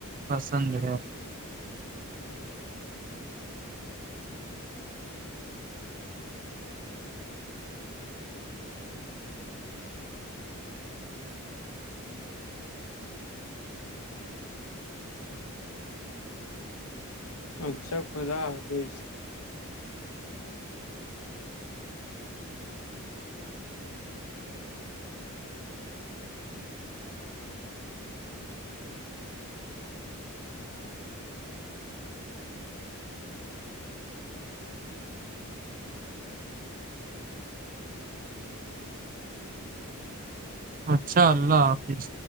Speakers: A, on the right (about 40°); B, on the left (about 70°).
A: پسند ہے
B: اچھا خدا حافظ
A: اچھا اللہ حافظ